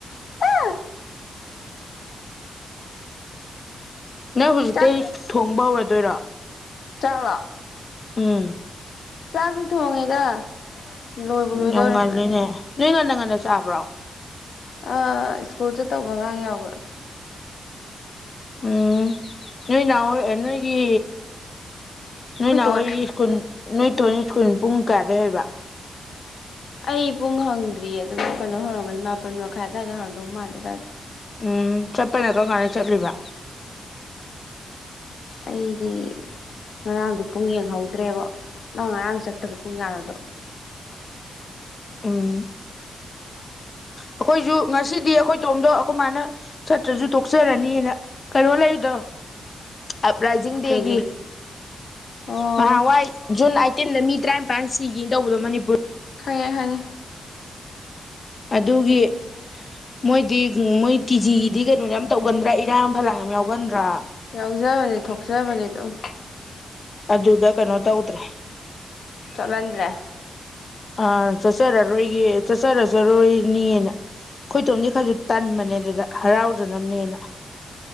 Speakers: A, on the left (about 55°); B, on the left (about 30°).
A: ꯑ
B: ꯅꯪ ꯍꯧꯖꯤꯛꯇꯤ
A: ꯆꯥꯛ
B: ꯊꯣꯡꯕ ꯍꯧꯔꯗꯣꯏꯔꯣ
A: ꯆꯂ
B: ꯎꯝ
A: ꯆꯥꯛꯗꯤ ꯊꯣꯡꯉꯦꯗ ꯂꯣꯏꯕꯨ ꯂꯣꯏꯗꯧꯔꯦ
B: ꯌꯣꯡꯉꯂꯤꯅꯦ ꯅꯏ ꯈꯟꯇ ꯈꯟ ꯆꯥꯕ꯭ꯔꯣ
A: ꯑ ꯁ꯭ꯀꯨꯜꯁꯦ ꯇꯧꯕ ꯑꯉꯥꯡ ꯌꯥꯎꯕ
B: ꯎꯝ ꯅꯣꯏ ꯅꯅꯥ ꯅꯣꯏꯒꯤ
A: ꯑꯩꯈꯣꯏ
B: ꯅꯣꯏ ꯅꯍꯍꯣꯏꯒꯤ
A: ꯇꯣꯟ
B: ꯁꯀꯨꯜ ꯅꯣꯏ ꯇꯨ ꯁ꯭ꯀꯨꯜ ꯄꯨꯡ ꯀꯌꯥꯗꯩ ꯍꯕ
A: ꯑꯩ ꯄꯨꯡ ꯍꯪꯗ꯭ꯔꯤ ꯑꯗꯨꯝ ꯀꯩꯅꯣ ꯍꯧꯔꯝꯒꯅꯤ ꯃꯥꯄꯜ ꯃꯈꯥꯏ ꯑꯋꯥꯏꯗ ꯍꯧꯔꯝꯗꯧ ꯃꯥꯜꯂꯗꯥ
B: ꯎꯝ ꯆꯠꯄꯅꯦ ꯀꯔꯝ ꯀꯥꯟꯅ ꯆꯠꯂꯤꯕ
A: ꯑꯩꯗꯤ ꯉꯔꯥꯡꯗꯤ ꯄꯨꯡ ꯌꯦꯡꯍꯧꯗ꯭ꯔꯦꯕ ꯅꯥꯡ ꯉꯔꯥꯡ ꯆꯠꯄꯗ ꯄꯨꯡ ꯀꯌꯥꯣꯗꯣ
B: ꯎꯝ ꯑꯩꯈꯣꯏꯁꯨ ꯉꯁꯤꯗꯤ ꯑꯩꯈꯣꯏꯇꯣꯝꯗꯣ ꯑꯩꯈꯣꯏ ꯃꯥꯅ ꯆꯠꯇ꯭ꯔꯁꯨ ꯇꯣꯛꯆꯔꯅꯤꯅ ꯀꯩꯅꯣ ꯂꯩꯔꯤꯗ꯭ꯔꯣ ꯑꯞꯔꯥꯏꯖꯤꯡ ꯗꯦꯒꯤ
A: ꯀꯩ ꯑꯣ
B: ꯅꯍꯥꯟꯋꯥꯏ ꯖꯨꯟ ꯇꯤꯟꯗ ꯃꯤ ꯇꯔꯥꯅꯤꯄꯥꯟ ꯁꯤꯒꯅꯤ ꯇꯧꯕꯗꯣ ꯃꯅꯤꯄꯨꯔ
A: ꯈꯪꯉꯦ ꯈꯪꯉꯦ
B: ꯑꯗꯨꯒꯤ ꯃꯣꯏꯗꯤ ꯃꯣꯏ ꯀꯤꯖꯤꯒꯤꯗꯤ ꯀꯩꯅꯣꯁ ꯌꯥꯝ ꯇꯧꯒꯟꯗ꯭ꯔꯥ ꯏꯔꯥꯡ ꯐꯂꯥꯡ ꯌꯥꯝ ꯌꯥꯎꯒꯟꯗ꯭ꯔꯥ
A: ꯌꯥꯎꯖꯕꯅꯦ ꯊꯣꯛꯆꯕꯅꯦ ꯑꯗꯨꯝ
B: ꯑꯗꯨꯗ ꯀꯩꯅꯣ ꯇꯧꯗ꯭ꯔꯦ
A: ꯆꯠꯍꯟꯗ꯭ꯔꯦ
B: ꯑ ꯆꯠꯆꯔꯔꯣꯏꯒ ꯆꯠꯆꯔ ꯆꯔꯣꯏꯅꯤꯅ ꯑꯩꯣꯏꯇꯣꯝꯗꯤ ꯈꯔꯁꯨ ꯇꯟꯕꯅꯦ ꯑꯗꯨꯗ ꯍꯔꯥꯎꯖꯅꯕꯅꯦꯅ